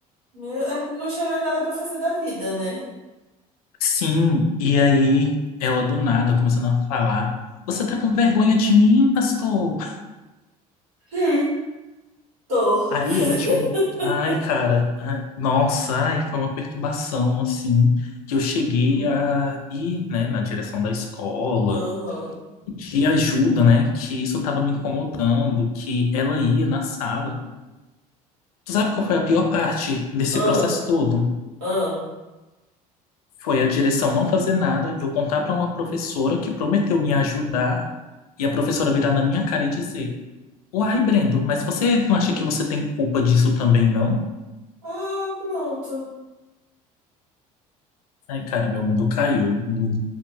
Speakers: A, on the right; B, on the left.
A: Meu, é, não tinha mais nada pra fazer da vida, né?
B: Sim, e aí ela do nada começando a falar: Você tá com vergonha de mim, pastor?
A: Sim. Tô. <laughs>
B: Aí ela tinha uma. Ai, cara, ai, nossa, ai, foi uma perturbação assim, que eu cheguei
A: Hum.
B: a ir, né, na direção da escola
A: Aham.
B: de ajuda, né? Que isso estava me incomodando, que ela ia na sala. Tu sabe qual foi a pior parte desse
A: Ah,
B: processo todo?
A: ah.
B: Foi a direção não fazer nada, eu contar para uma professora que prometeu me ajudar e a professora virar na minha cara e dizer: Uai, Brendo, mas você não acha que você tem culpa disso também, não?
A: Ah, pronto.
B: Ai, cara, meu mundo caiu no-